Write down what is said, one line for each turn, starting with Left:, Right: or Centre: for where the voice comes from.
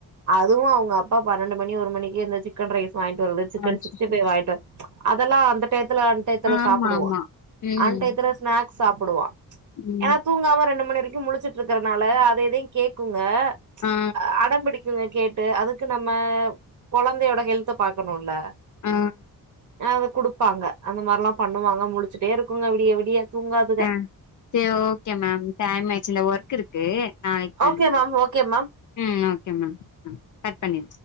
Right: அதுவு அவங்க அப் அப்பா பன்னெண்டு மணி ஒரு மணிக்கு இந்த சிக்கன் ரைஸ் வாங்ட்டு வர்றது சிக்கன்
Left: அச்சச்சோ
Right: சிக்ஸ்ட்டி பை வாங்க்ட்டு அதெல்லா அந்த டை த்துல அண்டயத்துல
Left: ஆமா
Right: சாப்புடுவா
Left: ஆமா ம்
Right: அண்டயத்துல ஸ்னாக்ஸ் சாப்புடுவா
Left: ம்
Right: ஏனா தூங்காம ரெண்டு மணி வரைக்கு முழிச்சுட்ருக்கறனால அதயு இதயு கேக்குங் இப்ப
Left: ஆ
Right: அடம்பிடிக் <unintelligible> கேட்டு அதுக்கு நம்ம கொழந்தையோட ஹெல்த பாக்கணுல
Left: அ
Right: அத குடுப்பாங்க அந்த மாரிலா பண்ணுவாங்க முலிச்சுட்டே இருக்குங்க விடிய விடிய தூங்காதுக
Left: அ சேர் ஓகே மேம் டைம் ஆய்ச்சுல ஒர்க் இருக்கு நாளைக்கு பண்
Right: ஓகே மேம் ஓகே மேம்
Left: ம் ஓகே மேம் கட் பண்ணி